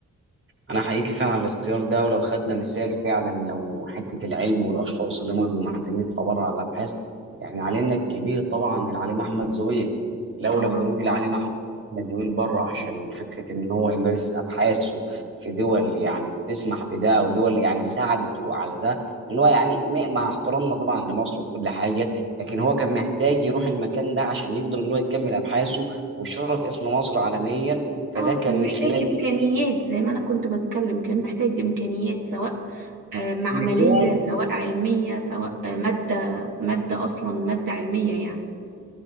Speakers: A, on the right; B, on the right.
A: انا حقيقي فعلا على الاختيار ده ولو خدنا مثال فعلا لو حته العلم والاشخاص اللي هم بيبقوا محتاجين في عباره على الابحاث يعني علمنا الكبير طبعا العليم احمد زويل لولا
B: طبعا
A: خروج العليم احمد زويل بره عشان فكره ان هو يمارس ابحاثه في دول يعني بتسمح بده ودول يعني ساعدته على ده ان هو يعني م- مع احترامنا طبعا لمصر وكل حاجه لكن هو كان محتاج يروح المكان ده عشان يقدر ان هو يكمل ابحاثه ويشرف اسم مصر عالميا فده
B: اه
A: كان
B: كان محتاج
A: من خلال
B: امكانيات زي ما انا كنت بتكلم كان محتاج امكانيات سواء آه، معملية
A: المكان
B: سواء علمية سواء آه، مادة مادة اصلا مادة علمية يعني